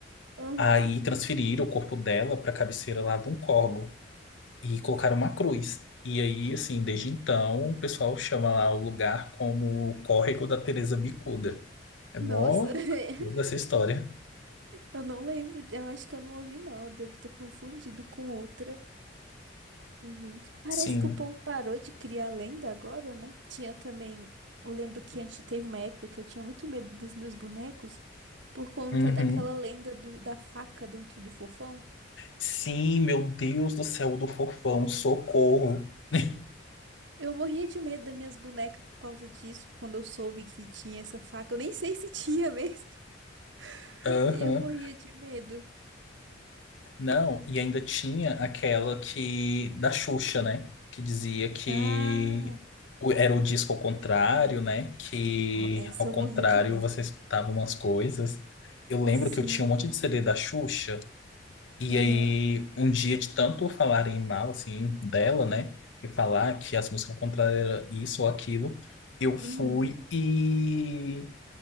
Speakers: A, on the right (about 75°); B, on the left (about 80°).
A: uhum.
B: aí transferiram o corpo dela para a cabeceira lá de um córgo. e colocaram uma cruz. E aí, assim, desde então, o pessoal chama lá o lugar como o Córrego da Teresa Bicuda. É mó
A: Nossa, <laughs>
B: cabuloso essa história.
A: Eu não lembro, eu acho que eu não ouvi, não. Eu devo ter confundido com outra. E, Gente, parece
B: Sim.
A: que o povo parou de criar lenda agora, né? Tinha também. Eu lembro que antes teve uma época que eu tinha muito medo dos meus bonecos por conta
B: Uhum.
A: daquela lenda do, da faca dentro do fofão.
B: Sim, meu Deus do céu o do fofão, socorro. <laughs>
A: Eu morria de medo das minhas bonecas por causa disso, quando eu soube que tinha essa faca. Eu nem sei se tinha mesmo. <laughs>
B: Aham.
A: E eu morria de medo.
B: Não, e ainda tinha aquela que da Xuxa, né? Que dizia que
A: Ah,
B: o- era o disco ao contrário, né? Que
A: ó, essa
B: ao
A: eu
B: contrário
A: morria de medo.
B: você escutava umas coisas. Eu lembro
A: Sim.
B: que eu tinha um monte de CD da Xuxa E
A: Aham.
B: aí, um dia de tanto falarem mal, assim, dela, né? E falar que as músicas contrárias era isso ou aquilo, eu fui
A: Uhum.
B: e